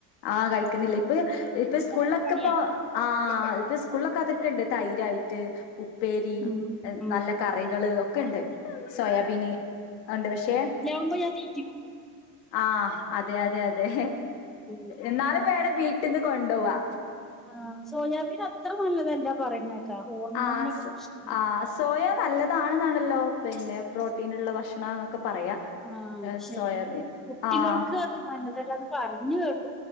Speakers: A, on the left; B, in the centre.
A: ആഹ് കഴിക്കുന്നില്ല ഇപ്പൊ ഇപ്പൊ സ്കൂളിലൊക്കെ
B: നല്ല പണിയാ
A: ഇപ്പോ ആഹ് ഇപ്പൊ സ്കൂളൊക്കെ അതൊക്കെ ഉണ്ട് തൈരായിട്ട് ഉപ്പേരി
B: ഉം ഉം
A: നല്ല കറികള് ഒക്കെ ഉണ്ട് സോയാബീന് ഉണ്ട് പക്ഷെ
B: <unintelligible> തീറ്റിക്കും
A: ആഹ് അതെ അതെ അതെ
B: ഉം
A: എന്നാലും വേണം വീട്ടിൽന്ന് കൊണ്ടോവാ
B: ആഹ് സോയാബീൻ അത്ര നല്ലതല്ലാ പറയുന്നേക്കാ ഹോർമോണിനൊക്കെ
A: ആഹ്
B: പ്രശ്ന
A: ആഹ് സോയ നല്ലതാണെന്നാണല്ലോ പിന്നെ പ്രോട്ടീനുള്ള ഭക്ഷണാന്നൊക്കെ പറയാ
B: ആഹ് പക്ഷെ
A: സോയാബീൻ
B: കുട്ടികൾക്ക്
A: ആഹ്
B: അത് നല്ലതല്ലാ പറഞ്ഞ് കേ